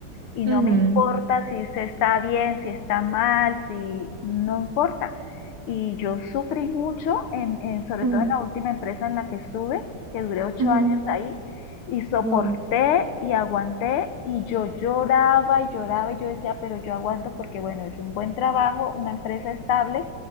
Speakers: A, on the left; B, on the right.
A: y no
B: ujú,
A: me importa si usted está bien, si está mal, si no importa. Y yo sufrí mucho, en, en, sobre
B: ujú,
A: todo en la última empresa en la que estuve, que duré ocho
B: ujú,
A: años ahí, y soporté
B: Wow.
A: y aguanté y yo lloraba y lloraba y yo decía, pero yo aguanto porque bueno, es un buen trabajo, una empresa estable